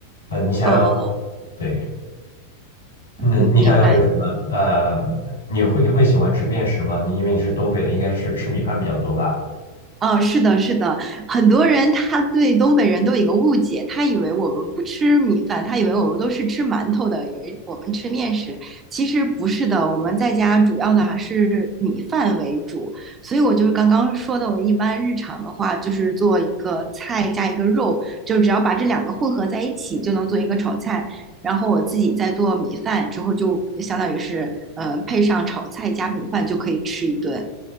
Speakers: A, on the left; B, on the right.
A: 呃，你想要
B: 哦，
A: 对，那你想要有什么？
B: 明明白。
A: 呃，你会你会喜欢吃面食吗？你因为你是东北的，应该是吃米饭比较多吧？
B: 哦，是的，是的，很多人他对东北人都有一个误解，他以为我们不吃米饭，他以为我们都是吃馒头的，以为我们吃面食。其实不是的，我们在家主要的还是米饭为主。所以我就是刚刚说的，我一般日常的话就是做一个菜加一个肉，就只要把这两个混合在一起，就能做一个炒菜。然后我自己再做米饭之后，就相当于是呃配上炒菜加米饭就可以吃一顿，